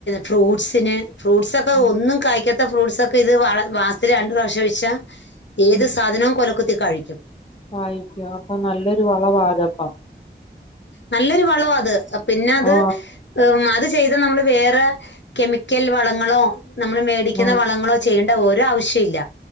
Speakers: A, on the left; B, on the left.
A: ഫ്രൂട്ട്സിന് ഫ്രൂട്ട്സൊക്കെ
B: ഉം
A: ഒന്നും കായ്ക്ക ത്ത ഫ്രൂട്ട്സ് ഒക്കെ ഇത് വള മാസ്സത്തി രണ്ട് പ്രാവശ്യം ഒഴിച്ച ഏത്
B: ഉം
A: സാധനവും കൊലക്കുത്തി കായ്ക്കും
B: കായ്ക്കും അപ്പൊ നല്ലൊരു വളവാതപ്പം
A: നല്ലൊരു വളവാ അത് പിന്നെ അത്
B: ആ
A: അത് ചെയ്താ നമ്മള് വേറെ കെമിക്കൽ വളങ്ങളോ നമ്മള് മേടിക്കുന്ന
B: ആ
A: വളങ്ങളോ ചെയ്യേണ്ട ഓരാ ആവശ്യം ഇല്ല